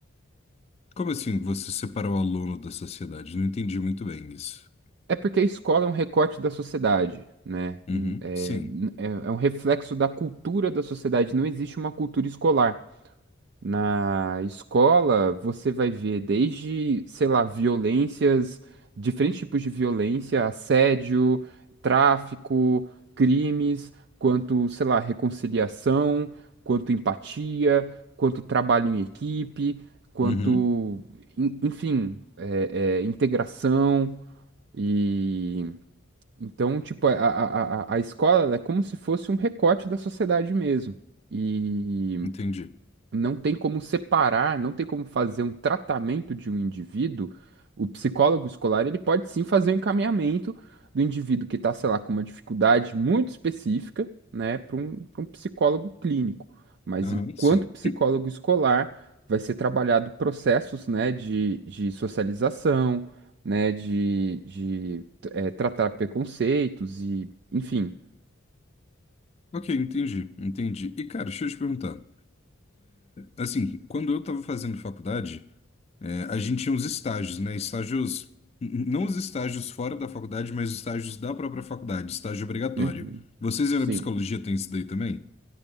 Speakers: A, on the left; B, on the right.
A: Como assim você separa o aluno da sociedade? Não entendi muito bem isso.
B: É porque a escola é um recorte da sociedade, né?
A: Uhum.
B: É,
A: Sim.
B: é é um reflexo da cultura da sociedade, não existe uma cultura escolar. Na escola, você vai ver desde, sei lá, violências, diferentes tipos de violência, assédio, tráfico, crimes, quanto, sei lá, reconciliação, quanto empatia, quanto trabalho em equipe, quanto,
A: Uhum.
B: en- enfim, é, é, integração. E então, tipo, a, a, a, a a escola ela é como se fosse um recorte da sociedade mesmo. E
A: Entendi.
B: não tem como separar, não tem como fazer um tratamento de um indivíduo, o psicólogo escolar ele pode sim fazer o encaminhamento do indivíduo que está, sei lá, com uma dificuldade muito específica, né, para um, para um psicólogo clínico. Mas
A: Aham.
B: enquanto
A: Sim.
B: psicólogo escolar, vai ser trabalhado processos, né, de, de socialização, né, de, de eh, tratar preconceitos e, enfim,
A: Ok, entendi. Entendi. E, cara, deixa eu te perguntar. Assim, quando eu estava fazendo faculdade, eh, a gente tinha uns estágios, né? Estágios, n- não os estágios fora da faculdade, mas os estágios da própria faculdade, estágio obrigatório.
B: Uhum.
A: Vocês
B: Sim.
A: aí na psicologia têm isso daí também?